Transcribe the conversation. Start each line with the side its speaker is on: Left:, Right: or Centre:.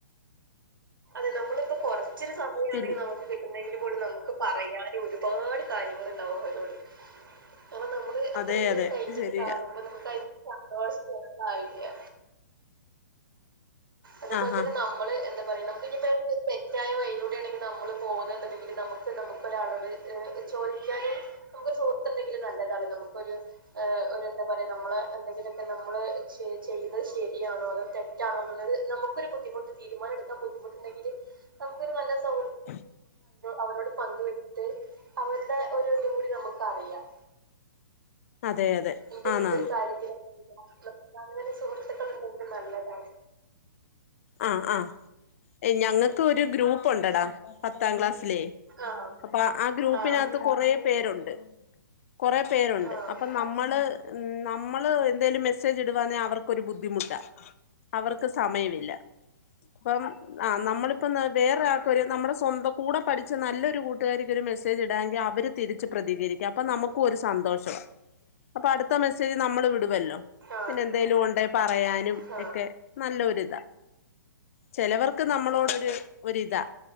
Right: അതെ നമ്മളപ്പോ കുറച്ചൊരു സമയമാണെങ്കിൽ
Left: പിൻ
Right: നമുക്ക് കിട്ടുന്നതെിലും മ്പോൾ നമുക്ക് പറയാനൊരുപാട് കാര്യങ്ങുണ്ടാവും അവരോട് കൊറേ നമ്മള് അത്രയും
Left: അതെ അതെ
Right: കഴിഞ്ഞിട്ട്
Left: ശരിയാ
Right: കാണുമ്പോ നമുക്ക് അതിന് സന്തോഷം വെറുതെ ആയില്ലേ അതേപോലെ
Left: ആഹാ
Right: തന്നെ നമ്മള് എന്താ നമുക്കിനി തെറ്റായ വഴിയിലൂടെ ആണെങ്കിൽ നമ്മള് പോകുന്നുണ്ടെങ്കിൽ നമുക്ക് നമുക്ക് ഒരാളോട് ചോദിക്കാാന് നമുക്ക്ൊരു ചോദിക്കാൻ ഒരു സുഹൃത്തുണ്ടെങ്കിലും നല്ലതാണ് നമുൊ ഒരുഹ എന്താ പറയാ നമ്മള് എന്തെങ്കിലും ക്കെ നമ്മള് ചെയ്യുന്നത് ശരിയാണോ അതോ തെറ്റാണോ എന്നുള്ളത് നമുക്കൊരുബുദ്ധിമുട്ട് തീരുമാനമെടുക്കാൻ ബുദ്ധി മുട്ടുണ്ടങ്കിൽ നമുക്കൊരു നല്ല സൗ
Left: ഗ്
Right: അവരോട് പങ്കുവെത്ത് അവരുടെ ഒരു ഇതുംകൂടി നമുക്ക് അറിയാം
Left: അതെ അതെ
Right: ഇത്
Left: ആന്നാന്ന്
Right: എന്തൊരു കാര്യത്തിലും അങ്ങനെ സുഹൃത്തുക്കൾ ഉണ്ടെങ്കിലും നല്ലതാണ്
Left: ആ ആ ഞങ്ങൾക്ക് ഒരു ഗ്രൂപ്പ് ഉണ്ട്ടാ പത്താം ക്ലാസ് ലെ
Right: ആഹ്
Left: അപ്പ ആ ഗ്രൂപ്പിനകത്ത്
Right: ആഹ്
Left: കൊറേ പേരുണ്ട് കുറെ പേരുണ്ട്
Right: ആഹ്
Left: അപ്പം നമ്മള് നമ്മള് എന്തേലും മെസ്സേജ് ഇടുവാന്ന അവർക്ക് ക്കൊരു ബുദ്ധിമുട്ടാ അവർക്ക് സമയമില്ല അപ്പം ആ നമ്മളിപ്പം വേറെയാൾ നമ്മുടെ സ്വം കൂടെ പഠിച്ച നല്ലൊരു ക്കൊരു നമ്മടെ സ്വന്തംകൂടെ പഠിച്ചനല്ലൊരു കൂട്ടുകാരിക്ക് ഒരു മെസ്സേജ് ഇടാമെങ്കിൽ അവര് തിരിച്ച് പ്രതികരിക്കാം അ നമ്മൾ നമുക്കുമൊരു സന്തോഷം അപ്പൊ അടുത്ത മെസ്സേജ് നമ്മൾ വിടും ല്ലോ
Right: ആഹ്
Left: പിന്നെ എന്തേലുണ്ടെ പറയാനും
Right: ആഹ് ആഹ്
Left: ഒക്കെ നല്ലൊരു ചിലവർക്ക് നമ്മളോടൊരു
Right: ഉം
Left: ഒരിതാ